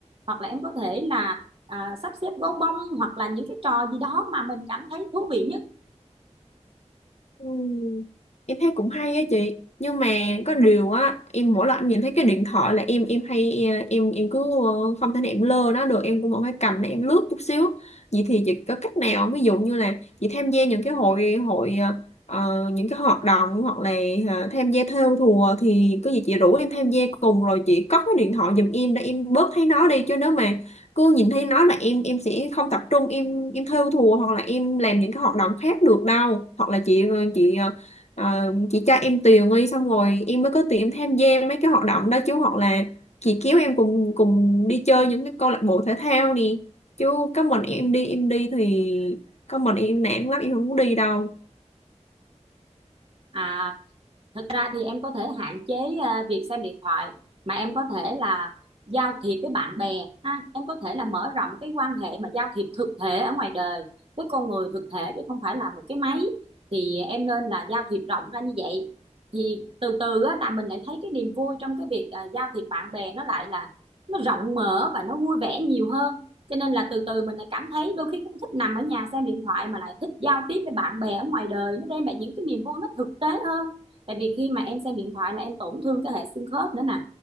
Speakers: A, on the right (about 50°); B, on the left (about 65°).
A: hoặc là em có thể là à, sắp xếp gấu bông hoặc là những cái trò gì đó mà mình cảm thấy thú vị nhất
B: Ừ. Em thấy cũng hay á chị nhưng mà có điều á em mỗi lần em nhìn thấy cái điện thoại là em em hay à, em em cứ ờ, không thể nào em lơ nó được em cũng vẫn phải cầm để em lướt chút xíu vậy thì chị có cách nào không? ví dụ như là chị tham gia những cái hội hội ờ, ờ, những cái hoạt động hoặc là ờ, tham gia thêu thùa thì có gì chị rủ em tham gia cùng rồi chị cất cái điện thoại giùm em để em bớt thấy nó đi chứ nếu mà cứ nhìn thấy nó là em em sẽ không tập trung em em thêu thùa hoặc là em làm những cái hoạt động khác được đâu hoặc là chị ờ, chị ờ, ờ, chị cho em tiền đi xong rồi em mới có tiền em tham gia mấy cái hoạt động đó chứ hoặc là chị kéo em cùng cùng đi chơi những cái câu lạc bộ thể thao nè chứ có mình em đi em đi thì có mình em nản lắm em không muốn đi đâu
A: à thực ra thì em có thể hạn chế à, việc xem điện thoại mà em có thể là giao thiệp với bạn bè ha em có thể là mở rộng cái quan hệ mà giao thiệp thực thể ở ngoài đời với con người thực thể chứ không phải là một cái máy thì em nên là giao thiệp rộng ra như vậy thì từ từ á, là mình lại thấy cái niềm vui trong cái việc à, giao thiệp bạn bè nó lại là nó rộng mở và nó vui vẻ nhiều hơn cho nên là từ từ mình lại cảm thấy đôi khi cũng thích nằm ở nhà xem điện thoại mà lại thích giao tiếp với bạn bè ở ngoài đời nó đem lại những cái niềm vui nó thực tế hơn tại vì khi mà em xem điện thoại là em tổn thương cái hệ xương khớp nữa nè